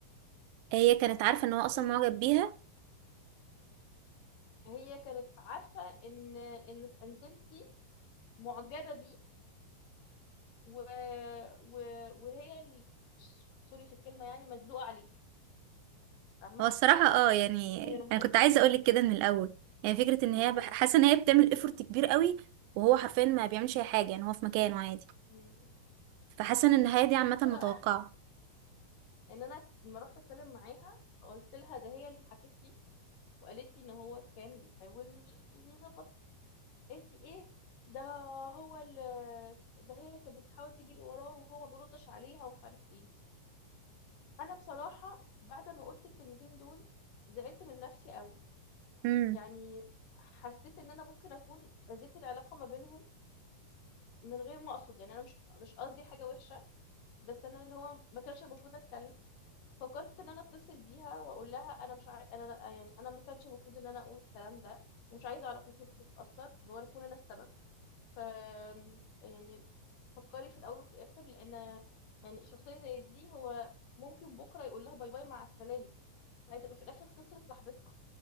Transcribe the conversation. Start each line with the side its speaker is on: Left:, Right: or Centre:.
Right: هي كانت عارفة ان هو اصلا
Left: هي اللي
Right: معجب
Left: بتقول
Right: بيها
Left: هي كانت عارفه ان ان انتمتي معجبه بيه و... و... وهي ال... سوري في الكلمه يعني مدلوقه عليه فاهمه
Right: هو الصراحة اه يعني
Left: هي اللي مهتمه
Right: انا كنت عايزة
Left: اكتر
Right: اقولك كده من الاول يعني فكرة ان
Left: <laughs>
Right: هي بح- حاسة ان هي بتعمل افورت كبير قوي وهو حرفيا ما بيعملش اي حاجة يعني هو في مكانه عادي
Left: مم.
Right: فحاسة ان النهاية دي
Left: المشكله
Right: عامة متوقعة
Left: بقى ان انا لما رحت اتكلم معاها فقلت لها ده هي اللي حكت لي وقالت لي ان هو كان بيحاول يظبطها قالت لي ايه ده هو اللي ده هي كانت بتحاول تجري وراه وهو ما بيردش عليها ومش عارف ايه انا بصراحه بعد ما قلت الكلمتين دول زعلت من نفسي قوي
Right: امم
Left: يعني حسيت ان انا ممكن اكون اذيت العلاقه ما بينهم من غير ما اقصد يعني انا مش مش قصدي حاجه وحشه بس انا اللي هو ما كانش المفروض اتكلم فكرت ان انا اتصل بيها واقول لها انا مش عاي... انا يعني انا ما كانش المفروض ان انا اقول الكلام ده ومش عايزه علاقتكم تتاثر وانا اكون انا السبب ف يعني فكري في الاول وفي الاخر لان يعني شخصيه زي دي هو ممكن بكره يقول لها باي باي مع السلامه فهتبقى في الاخر خسرت صاحبتها